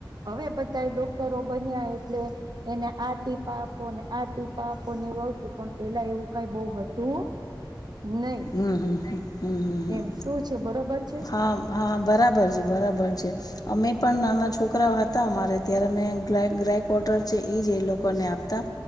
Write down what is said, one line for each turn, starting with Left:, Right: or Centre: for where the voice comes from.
Right: હવે બધાય ડોક્ટરો બન્યા, એટલે એને આ ટીપા આપો ને, આ ટીપા આપો ને, એવુ આવતું, પણ પેલા એવું કઈ બઉ હતું? નહી
Left: હમ, હમ, હમ, હમ, હન,
Right: એમ શું છે બરોબર છે
Left: હા, હા બરાબર છે. બરાબર છે. અમે પણ નાના છોકરાઓ તા અમારે ત્યાર મે ગ્લાયક રાયક વોટર છે, ઈ જ એ લોકોને આપતા.